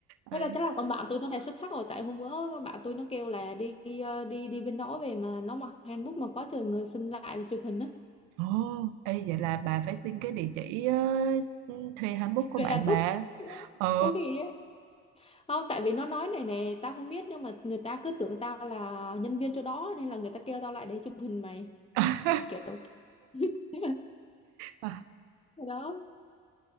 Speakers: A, on the left (about 15°); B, on the right (about 80°).
A: thế
B: Ừ.
A: là chắc là con bạn tôi nó đẹp xuất sắc rồi tại hôm bữa con bạn tôi nó kêu là đi đi ờ, đi, đi bên đó về mà nó mặc handbook mà quá trời người xin lại để chụp hình á
B: Ồ, ê, vậy là bà phải xin cái địa chỉ ờ, thuê hanbok của
A: về
B: bạn
A: handbook
B: bà. Ờ.
A: có gì á không tại vì nó nói này nè tao không biết nhưng mà người ta cứ tưởng tao là nhân viên chỗ đó nên là người ta kêu tao lại để chụp hình mày
B: <laughs>
A: kiểu <laughs>
B: Ờ,
A: đó